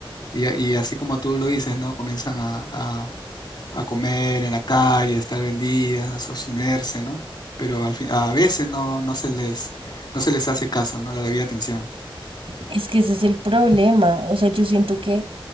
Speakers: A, on the left; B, on the right.
A: y, a- y así como tú lo dices, ¿no? Comienzan a, a- a comer en la calle, a estar en vendidas, a sostenerse, ¿no? Pero al fin- a veces no, no se les, no se les hace caso, ¿no? La debida atención.
B: Es que ese es el problema, o sea, yo siento que